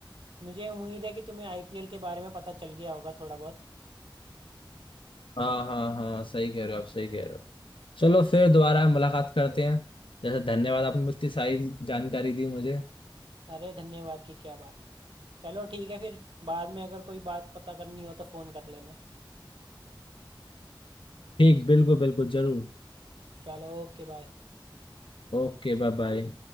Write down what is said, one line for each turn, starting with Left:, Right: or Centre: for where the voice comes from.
Right: मुझे उम्मीद है कि तुम्हें आईपीएल के बारे में पता चल गया होगा थोड़ा बहुत
Left: हाँ हाँ हाँ सही कह रहे हो आप सही कह रहे हो चलो फिर दोबारा मुलाकात करते हैं जैसे धन्यवाद आपने मुझे इतनी सारी जानकारी दी मुझे
Right: अरे धन्यवाद की क्या बात चलो ठीक है फिर बाद में अगर कोई बात पता करनी हो तो फ़ोन कर लेना
Left: ठीक बिल्कुल बिल्कुल जरूर
Right: चलो ओके बाय
Left: Okay bye bye